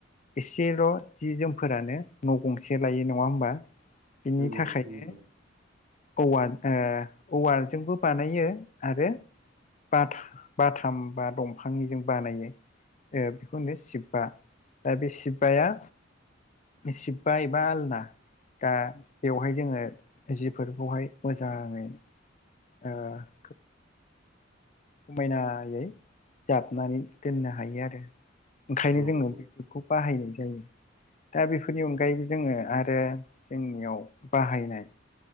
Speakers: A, on the left; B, on the right.
A: एसेल' जि जोमफोरानो न' गंसे लायो नङा होमबा बिनि
B: नंगौ
A: थाखायनो
B: नंगौ
A: औवा औवाजोंबो बानायो आरो बाथा बाथाम बा दंफांनिजों बानायो ओ बेखौ होनो शिबबा दा बे शिब्बाया सिबबा एबा आलना दा बेवहाय जोङो जि फोरखौहाय मोजाङै ओ समायनायै जाबनानै दोननो हायो आरो। ओंखायनो
B: औ
A: जोङो
B: नंगौ।
A: बेफोर खौ बाहायनाय जायो। दा बेफोरनि अनगायैबो जोङो आरो जोंनियाव बाहायनाय